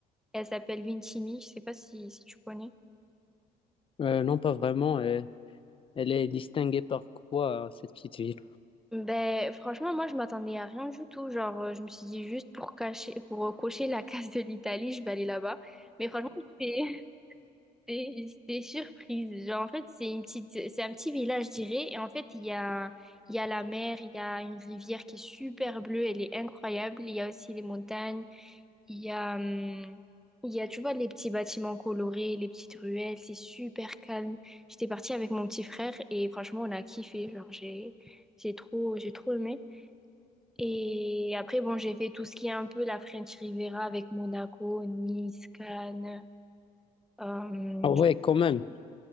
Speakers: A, in the centre; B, on the left.
A: Elle s'appelle Vintimille, je sais pas si, si tu connais.
B: Euh, non, pas vraiment. euh, elle est distinguée par quoi, cette petite ville?
A: Ben, franchement, moi, je m'attendais à rien du tout. Genre, euh, je me suis dit juste pour cacher, pour euh, cocher la case de l'Italie, je vais aller là-bas. Mais franchement, c'est- <laughs> J'étais j'étais surprise. Genre, en fait, c'est une petite, c'est un petit village, je dirais. Et en fait, il y a, il y a la mer, il y a une rivière qui est super bleue, elle est incroyable. Il y a aussi les montagnes. Il y a, hum, il y a, tu vois, les petits bâtiments colorés, les petites ruelles, c'est super calme. J'étais partie avec mon petit frère et franchement, on a kiffé. Genre, j'ai, j'ai trop, j'ai trop aimé. Et après, bon, j'ai fait tout ce qui est un peu la French Riviera avec Monaco, Nice, Cannes. Euh,
B: Ah ouais, quand même.